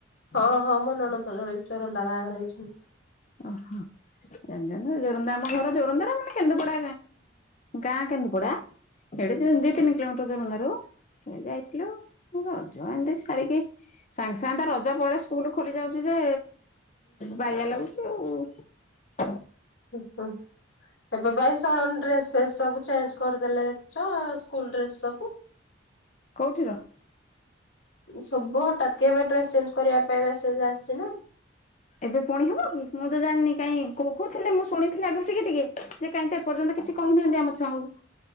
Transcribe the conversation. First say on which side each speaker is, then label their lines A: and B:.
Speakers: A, on the left; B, on the left.
A: ହଁ ହଁ ମୋ ନଣନ୍ଦ ଜଣେ ଚୋରନ୍ଦା ବାହା ରହିଛି।
B: ଓହୋ। ଜ ଜୋରନ୍ଦା ଆମ ଘର ଜୋରନ୍ଦାର ମାନେ କେନ୍ଦୁପଡା ଗାଁ କେନ୍ଦୁପଡା। ଏ ଦି ତିନି କିଲୋମିଟର ଦୋରନ୍ଦା ସେ ଆଥିଲୁ ରଜ ଏମିତି ସାରିକି ସାଙ୍ଗେ ସାଙ୍ଗେ ତ ରଜ ପରେ ସ୍କୁଲୁ ଖୋଲି ଯାଉଛି ଯେ ବାଇଆ ଲାଗୁଛି ଆଉ।
A: ହ ହୋ <unintelligible> ଭାଇ ସଳନ ଡ୍ରେସ ଫ ସବୁ ଚେଞ୍ଜ କରିଦେଲେ ଦେଖୁଚ ସ୍କୁଲ ଡ୍ରେସ ଫେସ ସବୁ
B: କୋଉଠି ର
A: ସବୁ ହଠାତ୍ କେ ଏବେ ଡ୍ରେସ ଚେଞ୍ଜ କରିବା ପାଇଁ ମେସେଜ ଆସିଛି ନା।
B: ଏବେ ଫଣି ହବ କି? ମୁଁ ତ ଜାଣିନି କାଇଁ କୋହୁଥିଲେ ମୁଁ ଶୁଣିଥିଲି ଆଗରୁ ଟିକେ ଟିକେ ଯେ କାଇଁ ତ ଏପର୍ଯ୍ୟନ୍ତ କିଛି କହିନାହାନ୍ତି ଆମ ଛୁଆଁକୁ